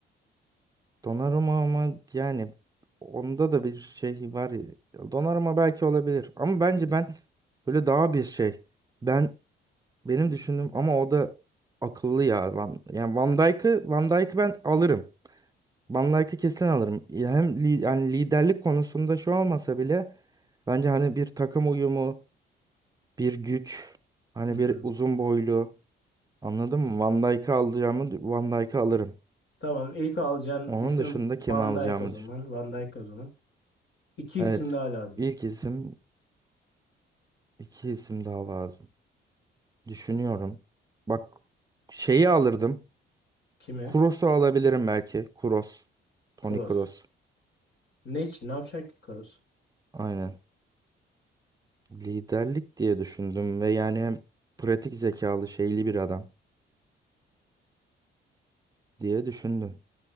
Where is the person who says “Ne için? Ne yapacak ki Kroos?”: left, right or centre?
Left